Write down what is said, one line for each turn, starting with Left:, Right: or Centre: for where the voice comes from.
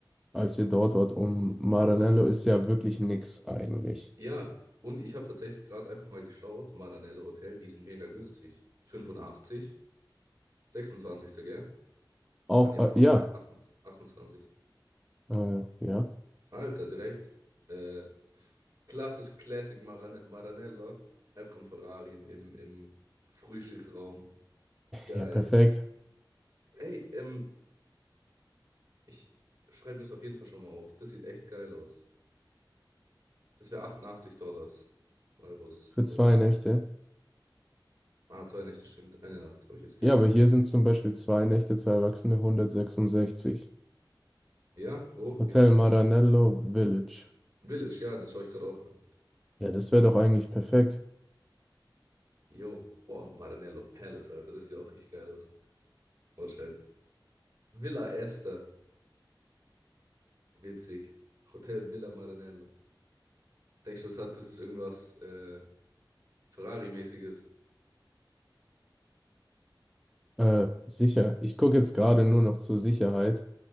Centre: als ihr dort wart,
Right: um,
Centre: um Maranello
Right: um was?
Centre: ist ja wirklich nix eigentlich.
Right: Ja, und ich habe tatsächlich gerade einfach mal geschaut, Maranello Hotel, die sind mega günstig. 85, sechsundzwanzig gell?
Centre: Auch,
Right: Ah, nee, 28,
Centre: äh, ja,
Right: 28.
Centre: äh, ja,
Right: Alter, direkt. Äh, klassisch Classic Marane Maranello. Einfach ein Ferrari im, im, im Frühstücksraum. Geil.
Centre: ja, perfekt.
Right: Ey, ähm, ich schreibe mir das auf jeden Fall schon mal auf. Das sieht echt geil aus. Das wäre 88 Dollars. Euros,
Centre: Für
Right: Euronen.
Centre: zwei Nächte.
Right: Ah, zwei Nächte, stimmt. Eine Nacht habe ich jetzt geschaut.
Centre: Ja, aber hier sind zum Beispiel zwei Nächte, zwei Erwachsene, 166.
Right: Ja, wo?
Centre: Hotel
Right: Wie heißt
Centre: Maranello
Right: es?
Centre: Village.
Right: Village, ja, das schaue ich gerade auch an.
Centre: Ja, das wäre doch eigentlich perfekt.
Right: Yo, wow, Maranello Palace, Alter, das sieht auch richtig geil aus. Oder halt Villa Esther, witzig. Hotel Villa Maranello. Denkst du, das hat, das ist irgendwas äh, Ferrari-mäßiges?
Centre: Äh, sicher. Ich gucke jetzt gerade nur noch zur Sicherheit.